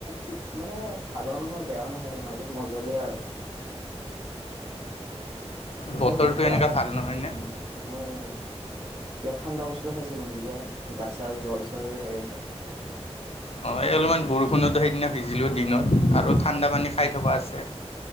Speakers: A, on the right; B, on the left.
A: ঠিক মানে ভালো নহয় বেয়াও নহয় আৰু মাজত মজলে আৰু পিছে
B: বতৰটো
A: কি এতিয়া
B: এনেকুৱা
A: আইচ
B: ভাল নহয়নে
A: উম উম এযাত ঠাণ্ডা বস্তু খাইছিলে নেকি কা গাছা জ্বৰ চ্বৰৰে হৈ আছে
B: অ এই অলপমান বৰষুণতো সেইদিনা সিজিলোঁ দিনত আৰু ঠাণ্ডা পানী খাই থকা আছে